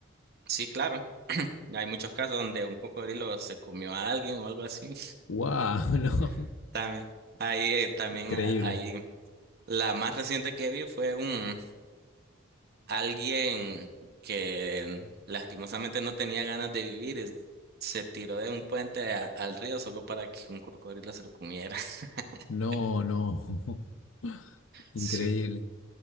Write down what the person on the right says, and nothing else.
Sí, claro, hay muchos casos donde un cocodrilo se comió a alguien o algo así.
<laughs> También, ahí, eh, también
ah, ahí, la más reciente que vi fue un, Alguien que lastimosamente no tenía ganas de vivir es- se tiró de un puente a- al río solo para que un cocodrilo se lo comiera. <laughs>
Sí.